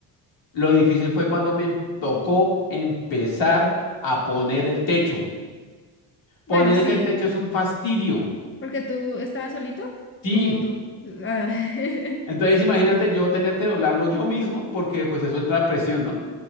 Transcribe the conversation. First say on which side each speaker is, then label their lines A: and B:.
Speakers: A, on the left; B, on the left.
A: Lo difícil fue cuando me em- tocó empezar a poner el techo.
B: Bueno,
A: Poner
B: sí,
A: ese techo es un fastidio.
B: porque tú estabas solito
A: Sí.
B: o tú... ah, <laughs>
A: Entonces imagínate yo tener que doblarlo yo mismo porque pues eso entra presión, ¿no?